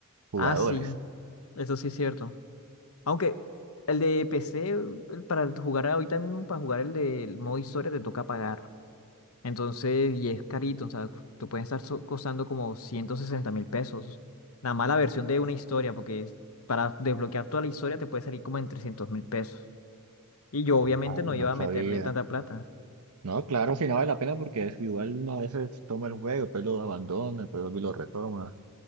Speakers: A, on the right; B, on the left.
A: jugadores.
B: Ah, sí, eso sí es cierto. Aunque el de PC, el- para jugar ahorita mismo, para jugar el del modo historia te toca pagar. Entonces, y es carito, o sea, te pueden estar so- costando como 160 mil pesos. Nada más la versión de una historia, porque es- para desbloquear toda la historia te puede salir como en 300 mil pesos. Y yo obviamente
A: Ay,
B: no
A: no
B: iba
A: sabía.
B: a meterle tanta plata.
A: No, claro, si no vale la pena porque es igual uno a veces toma el juego, pero lo abandona, pero lo retoma.